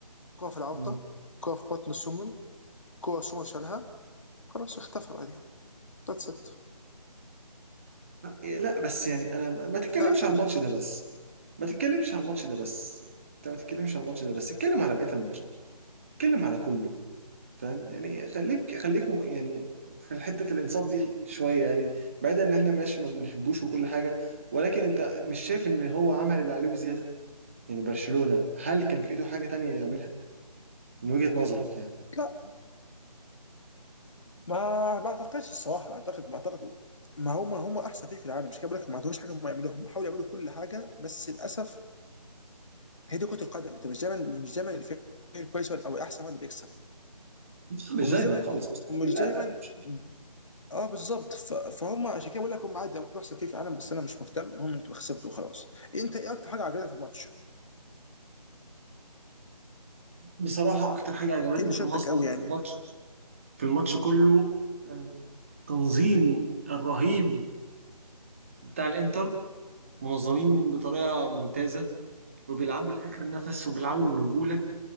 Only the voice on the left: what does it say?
كوره في العارضه
كوره في بطن السمن كوره سمن شالها خلاص اختفى بعديها ذاتس ات
ده اخرهم
لا ما ما اعتقدش الصراحه اعتقد ما اعتقده ما هم هم احسن فريق في العالم مش كده بقول لك ما عندهمش حاجه هم يعملوها هم حاولوا يعملوا كل حاجه بس للاسف هي دي كره القدم انت مش دايما مش دايما الفريق الكويس هو- او الاحسن هو اللي بيكسب
ومش
دايما
ومش
دايما
اه بالظبط ف- فهم عشان كده بقول لك هم عادي ممكن احسن فريق في العالم بس انا مش مهتم هم انتوا خسرتوا وخلاص انت ايه اكتر حاجه عجبتك في الماتش؟
ايه اللي شدك
قوي يعني؟